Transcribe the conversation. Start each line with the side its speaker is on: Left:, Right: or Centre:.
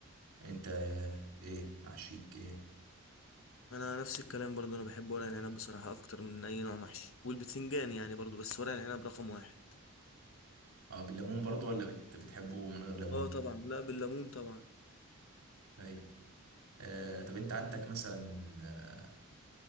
Right: انت آه، ايه محشيك ايه
Left: انا نفس الكلام برضو انا بحب ورق العنب بصراحه اكتر من اي نوع محشي والبتنجان يعني برضو بس ورق العنب رقم واحد
Right: اه بالليمون برضو ولا بت بتحبه من غير ليمون
Left: اه طبعا لا بالليمون طبعا
Right: ايوه آه طب انت عندك مثلا آه